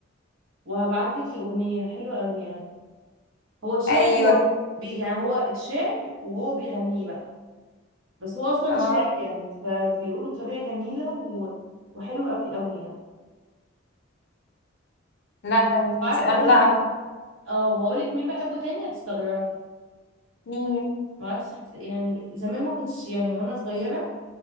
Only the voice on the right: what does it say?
وهبعت لك الأغنية حلوة قوي يعني هو شعر
هو بي... يعني هو شعر وهو بيغنيه بقى بس هو اصلا
شعر يعني فبيقولوا بطريقه جميله و... وحلو قوي قوي يعني
وعارفه
اقول
لك
اه هقول لك مين بحبه تاني هتستغربي
ما اعرفش بت- يعني زمان ما كنتش يعني وانا صغيره